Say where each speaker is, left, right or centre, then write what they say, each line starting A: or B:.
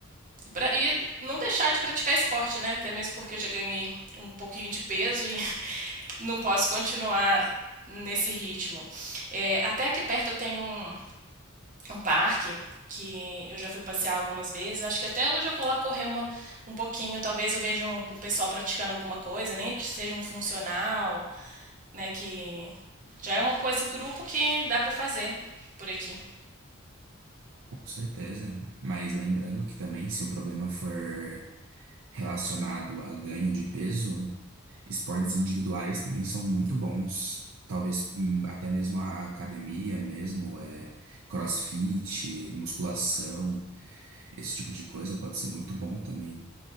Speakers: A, on the right; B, on the right.
A: e, pra- e não deixar de praticar esporte, né? Até mesmo porque eu já ganhei um pouquinho de peso e <laughs> não posso continuar nesse ritmo. É, até aqui perto tem um um parque que eu já fui passear algumas vezes. Acho que até hoje eu vou lá correr uma, um pouquinho. Talvez eu veja um- o pessoal praticando alguma coisa, nem que seja um funcional, né? Que já é uma coisa em grupo que dá pra fazer por aqui.
B: Com certeza. Mas lembrando que também, se o problema for relacionado a ganho de peso, esportes individuais também são muito bons. Talvez hum, até mesmo a academia mesmo, é, CrossFit, musculação, esse tipo de coisa pode ser muito bom também.